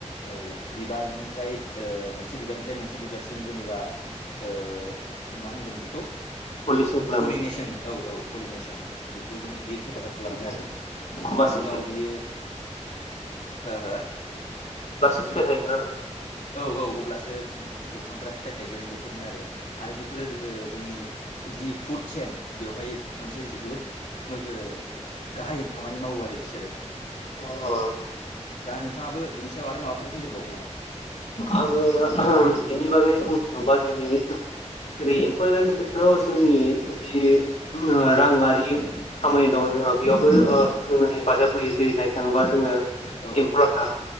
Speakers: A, on the left; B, on the left.
A: ओ बिबारनिफ्राय ओ मोनसे बिबारनिफ्राय मोनसे बिबारसिम जेनेबा ओ मा होनगोन बेखौ
B: पलिउसन खालामो
A: पलिनेसन औ औ पलिनेसन बेखौ जों बेयो हेफाजाब खालामो
B: <unintelligible>
A: आरो
B: अब्लासो
A: बिनि उनाव बियो हो हो
B: फिथाय थायगोन।
A: औ औ अब्लासो ओ दं दंफांफोरा फिथाइ थायगोन बेफोरनो आरो आरो बेफोरो ओ जोंनि जि फुड सेन बेवहाय मोनसे जोबोद ओ गाहाय खामानि मावो आरो बिसोरो।
B: अ
A: दा नोंथाङाबो बिनि सायाव आरो माबाफोर बुंदेरबावगोन नामा?
B: आङो बिनि बागै बुंनो थाङोबा जोनि जेरै एम्फौ एनलानि खेथ्रआव जोंनि जि ओ राङारि खामानि दङ जोंहा बेयावबो जोंनो हेफाजाब होयो दै नायनो थाङोबा जोङो
A: औ
B: एम्फौ
A: औ
B: लाथा